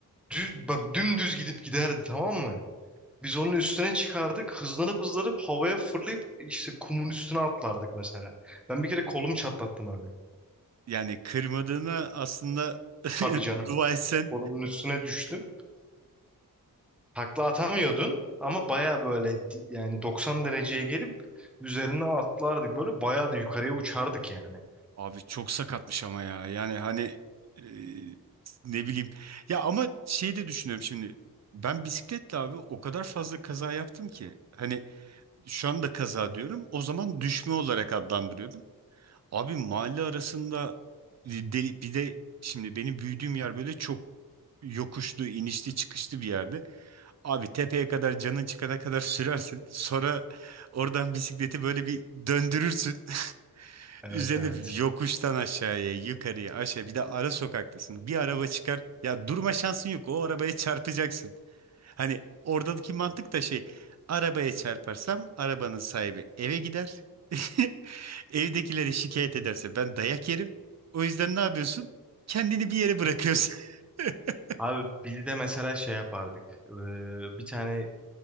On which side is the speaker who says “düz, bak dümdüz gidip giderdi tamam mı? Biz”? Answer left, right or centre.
Centre